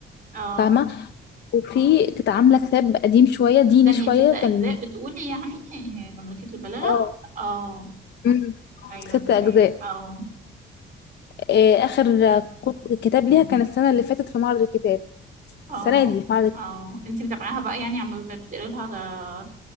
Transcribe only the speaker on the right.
اه
استني
ست أجزاء
بتقولي يعني مملكة البلاغة
اه
أيوة
تمام
اه
اه
اه انتي متابعاها بقى يعني عم بتقري لها ده-